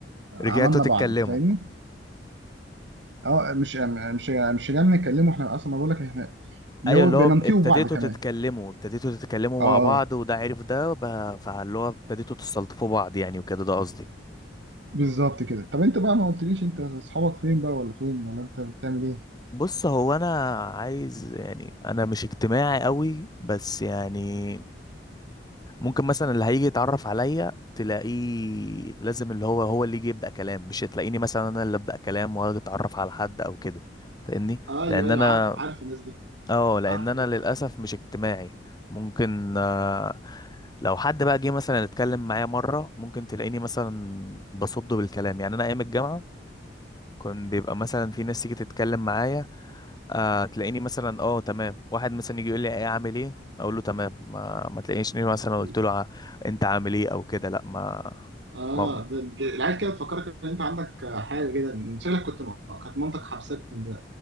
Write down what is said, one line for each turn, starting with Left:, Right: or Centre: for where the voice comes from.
Right: عملنا
Left: رجعتوا تتكلموا
Right: بعض انت فاهمني؟ اه مش مش مش جاي نتكلمه احنا اصلا بقول لك احنا اللي
Left: ايوه
Right: هو
Left: اللي
Right: بننطيه
Left: هو ابتديتوا
Right: بعض كمان
Left: تتكلموا ابتديتوا تتكلموا
Right: اه
Left: مع بعض
Right: اه
Left: وده عرف ده بقى- فاللي هو ابتديتوا تستلطفوا بعض يعني وكده ده قصدي
Right: بالظبط كده طب انت بقى ما قلتليش انت اصحابك فين بقى ولا فين ولا انت بتعمل ايه؟
Left: بص هو انا عايز يعني انا مش اجتماعي قوي بس يعني ممكن مثلا اللي هيجي يتعرف عليا تلاقيه لازم اللي هو هو اللي يجي يبدأ كلام مش تلاقيني مثلا انا اللي ابدأ كلام واجي اتعرف على حد او كده فاهمني
Right: ايوه
Left: لان انا
Right: ايوه عارف عارف الناس دي
Left: اه لان
Right: عارفك
Left: انا
Right: انت
Left: للاسف
Right: عارف
Left: مش اجتماعي ممكن آه، لو حد بقى جه مثلا اتكلم معايا مره ممكن تلاقيني مثلا بصده بالكلام يعني انا ايام الجامعه كان بيبقى مثلا في ناس تيجي تتكلم معايا آه تلاقيني مثلا اه تمام واحد مثلا يجي يقول لي ايه عامل ايه اقول له تمام ما ما تلاقينيش اني مثلا قلت
Right: مم.
Left: له ع- انت عامل ايه او كده لا ما
Right: اه
Left: ما
Right: ده ده- العيال كده تفكرك ان انت عندك حاجه كده إن شكلك كنت كانت مامتك حبسك من